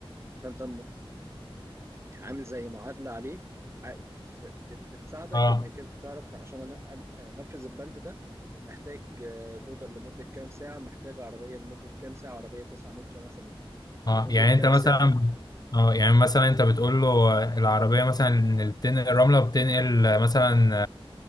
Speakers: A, on the right; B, on the left.
A: فأنت عامل زي معادلة عليه ع- ف- بت- بتساعدك
B: اه
A: انك انت تعرف عشان أن- أن- انفذ البند ده محتاج آه، لودر لمدة كام ساعة محتاج عربية لمدة كام ساعة عربية 9 متر مثلا
B: اه
A: لمدة
B: يعني انت
A: كام
B: مثلا
A: ساعة
B: اه يعني مثلا انت بتقول له العربيه مثلا بتنقل الرمله بتنقل مثلا